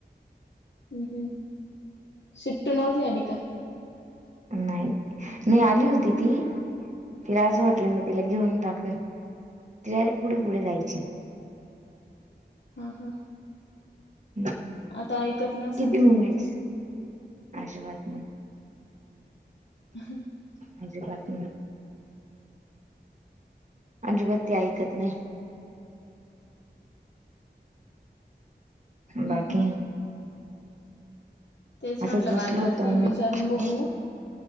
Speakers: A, on the left; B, on the right.
A: हम्म हम्म शिटी नव्हती आली का?
B: नाय नाय आली होती ती तिला असं वाटलं मी तिला घेऊन टाकल ती डायरेक पुढे-पुढे जायाची.
A: हा हा.
B: हम्म
A: आता ऐकत नसेल
B: किती
A: तुमचं
B: मिनिटस अजिबात नाही.
A: <unintelligible>
B: माझी बातमी आजिबात ती ऐकत नाय.
A: हम्म
B: बाकी
A: हम्म. तेच
B: असंच
A: म्हटलं
B: बसलो
A: काय करते
B: होतं आम्ही
A: विचारून बघू